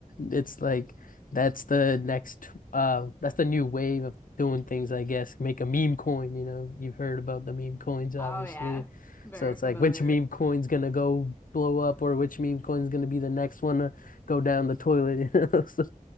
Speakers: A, on the left (about 75°); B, on the left (about 15°).
A: it's like. That's the next uh that's the new wave of doing things, I guess, make a meme coin, you know. You've heard about the meme coins, obviously.
B: Oh yeah, very
A: So it's
B: familiar.
A: like which meme coin's gonna go blow up or which meme coin's gonna be the next one to go down the toilet, you know. <laughs> So